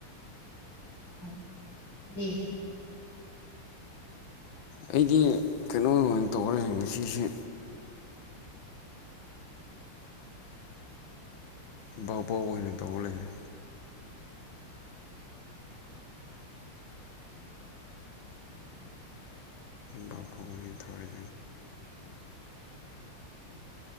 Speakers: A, on the left; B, on the left.
A: ꯍ ꯍꯣꯏ ꯍꯣꯏꯗꯤ
B: ꯑꯩꯒꯤ ꯀꯩꯅꯣꯃ ꯑꯣꯏꯅ ꯇꯧꯔꯁꯤ ꯉꯁꯤꯁꯦ ꯕꯥꯥꯎ ꯄꯥꯎ ꯑꯣꯏꯅ ꯇꯧ ꯂꯩꯔꯦ ꯕꯕꯨ <unintelligible> ꯊꯧꯔꯦ